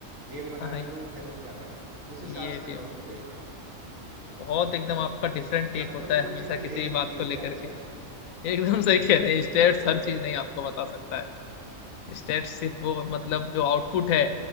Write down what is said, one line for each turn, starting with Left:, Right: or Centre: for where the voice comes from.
Right: गेम बनाने
Left: हाँ
Right: में वो हेल्प कर रहा है उस
Left: ये
Right: हिसाब से
Left: फिर
Right: मैं उसको देख रहा हूँ
Left: बहुत एकदम आपका डिफरेंट टेक
Right: कभी
Left: होता
Right: कभी
Left: है
Right: कुछ
Left: हमेशा
Right: चीजें
Left: किसी
Right: नहीं
Left: भी
Right: दिखती
Left: बात
Right: है
Left: को
Right: स्टैट्स
Left: लेकर के
Right: में
Left: एकदम सही कह रहे हैं स्टेट्स हर चीज नहीं आपको बता सकता है स्टेट्स सिर्फ वो मतलब जो आउटपुट है